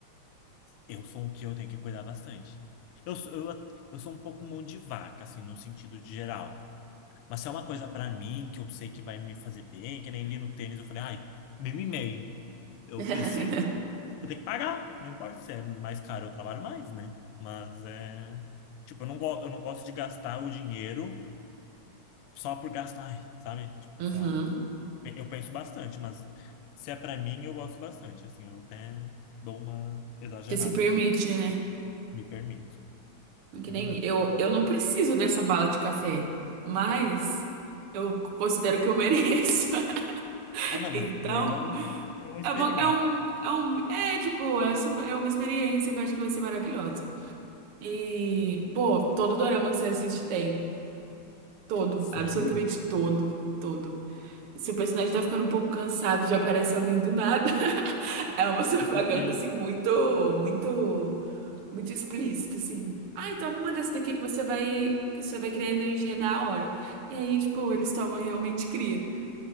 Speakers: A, on the left; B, on the right.
A: Eu sou um que eu tenho que cuidar bastante. Eu, sou- eu, a- eu sou um pouco mão de vaca, assim, no sentido de geral. Mas se é uma coisa pra mim que eu sei que vai me fazer bem, que nem li no tênis, eu falei, ai, me mimei. Eu
B: <laughs>
A: preciso, eu tenho que pagar. Não importa se é mais caro, eu trabalho mais, né? Mas é. Tipo, eu não, go eu não gosto de gastar o dinheiro só por gastar, ai, sabe? Tipo,
B: Uhum.
A: sei lá. Pe- Eu penso bastante, mas se é pra mim, eu gosto bastante. Assim, eu até dou uma exagerada,
B: Você se permite,
A: às vezes,
B: né?
A: me permito.
B: Que
A: Uhum.
B: nem eu, eu não preciso dessa bala de café, mas eu considero que eu mereço. <laughs>
A: Ah, não,
B: Então,
A: mas isso daí é um, é um experimento.
B: é uma, é um, é um, é tipo, é super, é uma experiência que eu acho que vai ser maravilhosa. E, pô, todo dorama que você assiste tem. Todo,
A: Sério?
B: absolutamente todo, todo. Se o personagem tá ficando um pouco cansado, já aparece alguém do nada. <laughs> É uma propaganda,
A: Meu Deus.
B: assim, muito, muito, muito explícita, assim. Ai, toma uma dessa daqui que você vai, que você vai criar energia na hora. E aí, tipo, eles tomam e realmente cria.